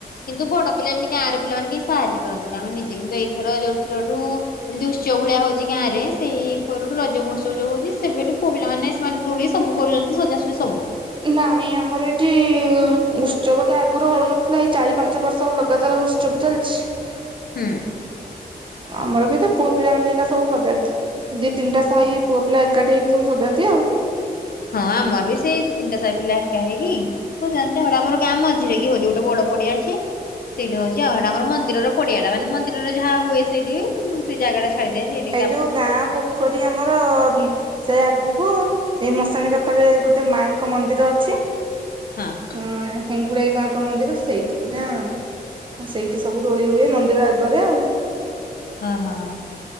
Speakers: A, on the left; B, on the right.
A: କିନ୍ତୁ ବଡ ପିଲା ଏମିତି ଗାଁର ପିଲାମାନେ କେହି ସାହାଯ୍ୟ କରନ୍ତିନି ମାନେ ନିଜେ କିନ୍ତୁ ଏଇଥର ଯୋଉ ଥରଠୁ ଏମିତି ଉତ୍ସବ ଭଳିଆ ହଉଛି ଗାଁରେ ସେଇ ପରଠୁ ରଜ ମହୋସବ ଯୋଉ ହଉଛି ସେବେଠୁ ପୁଅ ପିଲାମାନେ ସେମାନେ ଦୋଳି ସବୁ କରୁଛନ୍ତି ସଜାସଜି ସବୁ।
B: ନାଇଁ ଆମର ଏଇଠି ଉତ୍ସବ ତ ଆଗରୁ ହଉନଥିଲା ଏଇ ଚାରି ପାଞ୍ଚ ବର୍ଷ ଲଗାତାର ଉତ୍ ଚପ ଚାଲିଛି।
A: ହୁଁ।
B: ଆମର ବି ତ ପୁଅ ପିଲା ମାନେ ଏନା ସବୁ ସଜାନ୍ତି ଦି ତିନିଟା ସାହି
A: ହଁ।
B: ପୁଅ ପିଲା ଏକାଠି ହେଇକି ସଜାନ୍ତି ଆଉ।
A: ହଁ ଆମର ବି ସେଇ ତିନିଟା ସାହି ପିଲା ଏକା ହେଇକି। ସଜାନ୍ତି ଆମ ଗାଁ ମଝିରେ କି <unintelligible> ଗୋଟେ ବଡ ପଡିଆ ଅଛି। ସେଇଟା ହଉଛିଉଇଟା ଆମର ମନ୍ଦିର ପଡିଆ ଟା ମାନେ ମନ୍ଦିର ଯାହା ହୁଏ ସେଇଠି ସେ ଜାଗା <unintelligible>
B: ଏଇ ଯୋଉ ଗାଁ ପୋଖରୀ ଆମର ସେ ଆଗକୁ ଏଇ ମଶାଣି ପାଖରେ ଗୋଟେ ମାଆଙ୍କ ମନ୍ଦିର ଅଛି
A: ହଁ।
B: ହଁ ହେଙ୍ଗୁଳାଇ ମା ଙ୍କ ମନ୍ଦିର ସେଇଠିକି ନା ସେଇଠି ସବୁ ଦୋଳି ହୁଏ ମନ୍ଦିର ଆଗରେ ଆଉ।
A: ଓହୋ